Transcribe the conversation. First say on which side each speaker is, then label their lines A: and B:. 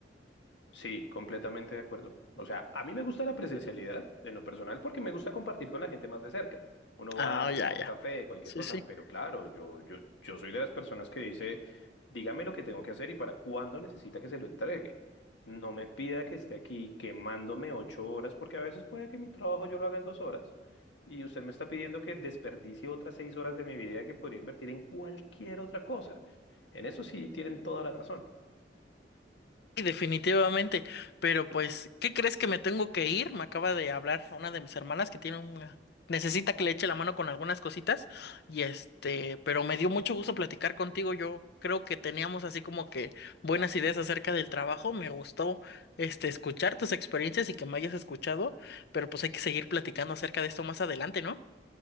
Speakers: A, on the left; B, on the left.
A: Sí, completamente de acuerdo. O sea, a mí me gusta la presencialidad en lo personal porque me gusta compartir con la gente más de cerca. Uno
B: Ah,
A: va, se
B: ya,
A: toma
B: ya.
A: un café, cualquier
B: Sí,
A: cosa,
B: sí.
A: pero claro, yo, yo, yo soy de las personas que dice, dígame lo que tengo que hacer y para cuándo necesita que se lo entregue. No me pida que esté aquí quemándome ocho horas porque a veces puede que mi trabajo yo lo haga en dos horas y usted me está pidiendo que desperdicie otras seis horas de mi vida que podría invertir en cualquier otra cosa. En eso sí tienen toda la razón.
B: Y definitivamente. Pero pues, ¿qué crees que me tengo que ir? Me acaba de hablar una de mis hermanas que tiene una... Necesita que le eche la mano con algunas cositas. Y este, pero me dio mucho gusto platicar contigo. Yo creo que teníamos así como que buenas ideas acerca del trabajo. Me gustó este escuchar tus experiencias y que me hayas escuchado. Pero pues hay que seguir platicando acerca de esto más adelante, ¿no?